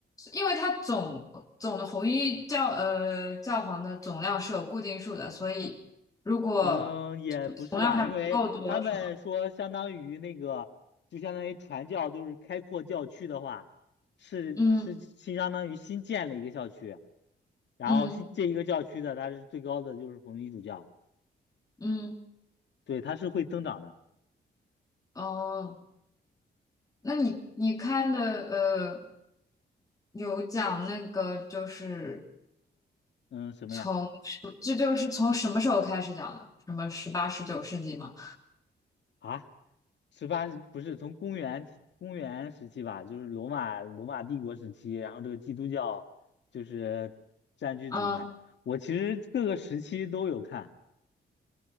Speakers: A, on the left (about 20°); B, on the left (about 70°).
A: 因为它总总的红衣教呃教皇的总量是有固定数的，所以如果
B: 嗯，也不是吧，
A: 总量还不够多是吗？
B: 因为他们说相当于那个，就相当于传教，就是开阔教区的话，是是新相当于新建了一个校区，
A: 嗯
B: 然后新这一个教区的它是最高的就是红衣主教，
A: 嗯。嗯，
B: 对，它是会增长的。
A: 哦，那你你看的呃，有讲那个就是
B: 嗯，什么呀？
A: 从这就是从什么时候开始讲的？什么十八、十九世纪吗？
B: 啊，十八世不是从公元公元时期吧，就是罗马罗马帝国时期，然后这个基督教就是占据主台。
A: 嗯
B: 我其实各个时期都有看，